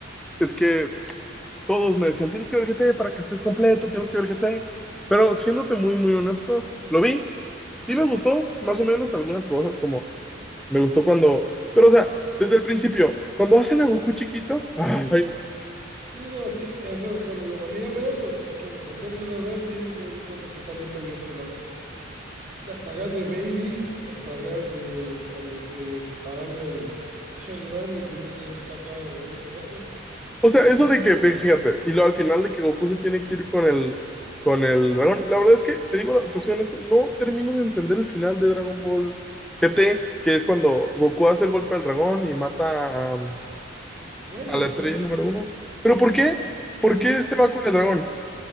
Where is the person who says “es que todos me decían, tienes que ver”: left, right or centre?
Centre